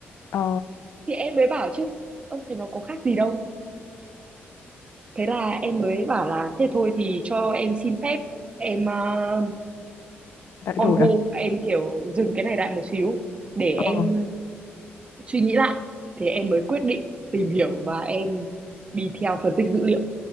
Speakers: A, on the left; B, on the right.
A: ờ
B: thì em mới bảo chứ ơ thế nó có khác gì đâu thế là em mới bảo là thế thôi thì cho em xin phép em ờ,
A: lại
B: on
A: đổi
B: hold
A: à?
B: em kiểu dừng cái này lại một xíu để em
A: Ờ,
B: suy nghĩ lại thì em mới quyết định tìm hiểu và em đi theo phân tích dữ liệu